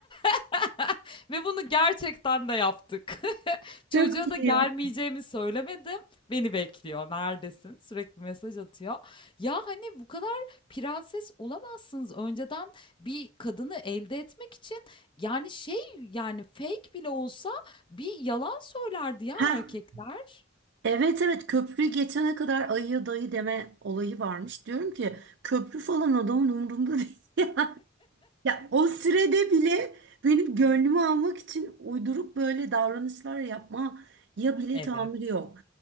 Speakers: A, on the left (about 25°); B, on the right (about 60°).
A: <laughs> Ve bunu gerçekten de yaptık. <laughs> Çocuğa
B: Çok iyi
A: da gelmeyeceğimi
B: ya.
A: söylemedim. Beni bekliyor. Neredesin? Sürekli mesaj atıyor. Ya hani bu kadar prenses olamazsınız. Önceden bir kadını elde etmek için yani şey yani fake bile olsa bir yalan söylerdi ya
B: Ha
A: erkekler.
B: evet evet köprüyü geçene kadar ayıya dayı deme olayı varmış. Diyorum ki köprü falan adamın umurunda değil. <laughs> Ya o sürede bile benim gönlümü almak için uyduruk böyle davranışlar yapma ya bile
A: Evet.
B: tahammülü yok.